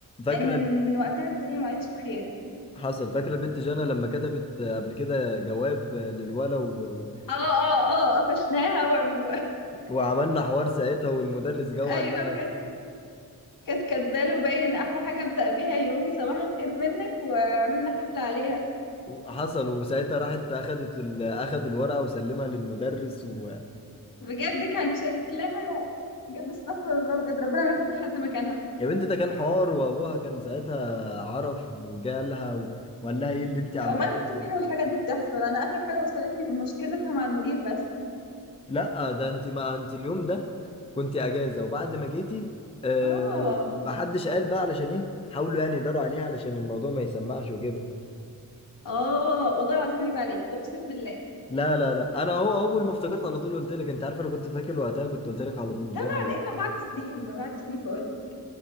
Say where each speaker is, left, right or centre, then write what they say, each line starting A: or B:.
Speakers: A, on the left (about 15°); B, on the left (about 65°).
A: فاكرة
B: يعني من من وقتها الدنيا ما عادش بخير
A: حصل فاكر البت جانا لما كتبت قبل كده جواب للولا و... و-
B: اه اه اه قفشناها وعم... و...
A: وعملنا حوار ساعتها والمدرس جه
B: <laughs> ايوه
A: وقال لها
B: كانت كانت كاتباله باين احلى حاجه ابدا بيها يومي صباح الخير منك وعملنا حفله عليها
A: حصل وساعتها راحت اخدت ال... اخد الورقه وسلمها للمدرس و...
B: بجد كان شكلها بجد استغفر الله بجد ربنا ما يحط حد مكانها
A: يا بنت ده كان حوار وابوها كان ساعتها عرف وجه لها و... وقال لها ايه اللي انت عملت
B: امال انا كنت فين والحاجات دي بتحصل انا اخر حاجه وصلتني مشكلتها مع المدير بس
A: لا ده انت ما انت اليوم ده كنت اجازه وبعد ما جيتي أه...
B: اه
A: ما حدش قال بقى علشان ايه حاولوا يعني يداروا عليها علشان الموضوع ما يسمعش وكده
B: اه والله العظيم عيب عليك اقسم بالله
A: لا لا لا انا هو اول ما افتكرت على طول قلت لك انت عارف انا كنت فاكر وقتها كنت قلت لك على طول
B: ده
A: يا
B: بعد
A: نهار
B: ايه
A: أبيض.
B: ما بعد سنين ما بعد سنين بقول لك